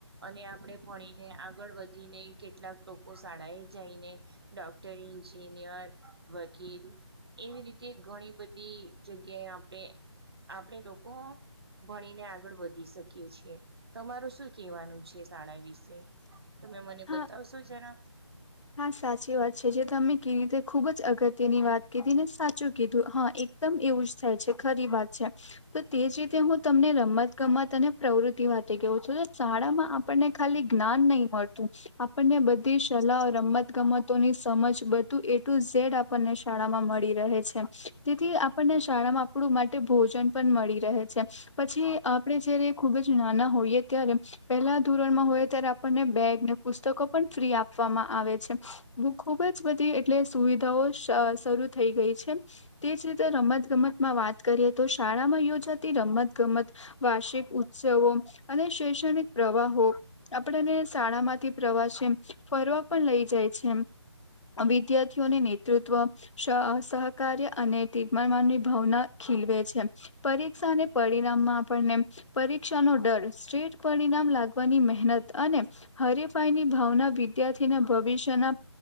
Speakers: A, on the right; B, on the left.
A: અને આપડણે ભણીને આગળ વધીને કેટલાક લોકો શાળાએ જઈને. ડોક્ટર ન્જિનિયર વકીલ એવી રીતે ઘણી બધી બી જગ્યાએ આપણે આપણે લોકો ભણીને આગળ વધી શકીએ છીએ, તમાર શું કેવાનું છે સાડા વીસ. તમે મને
B: હા,
A: બતાવશો જરા.
B: હા સાચી વાત છે જે તમે કીધી તે ખુબ જ અગત્યની વાત કીધી ને સાચું કીધું હા એકદમ એવું જ. થાય છે ખરી વાત છે. તો તે જ રીતે હું તમને રમત ગમત અને પ્રવૃત્તિ વા ગઉં છું શાળામાં આપણને ખાલી જ્ઞાન નહી મળતું, આપણને બધી સલાહ રમત ગમતોની સમજ બધું એટું ઝેડ આપણને શાળામાં મળી રહે છે, તેથી આપણને શાળામાં આપડું માટે ભોજન પણ મળી રહે છે. પછી આપણે જયારે ખૂબ જ નાના હોઈએ ત્યારે, પહેલા ધોરણમાં હોય ત્યારે બેગને પુસ્તકો પણ ફ્રી આપવામાં આવે છે, બ ખુબ જ બધી એટલે સુવિધાઓ શરૂ થઈ ગઈ છે. તેજ રીતે રમત ગમતમાં વાત કરીએ તો શાળામાં યોજાતી રમત ગમત, વાર્ષિક ઉત્સવો અને શૈક્ષણિક પ્રવાહો આપડને શાળા માંથી પ્રવાસે એમ ફરવા પણ લઈ જાય છે એમ. વિદ્યાર્થીઓને નેતૃત્વ, સહકાર્ય અને તર્માન માનની ભાવના ખીલવે છે, પરીક્ષા અને પરિણામમાં આપણને પરીક્ષાનો ડર સ્ટ્રેટ પરિણામ લાગવાની મહેનત અને હરીફાઈની ભાવના વિદ્યાર્થીના ભવિષ્યના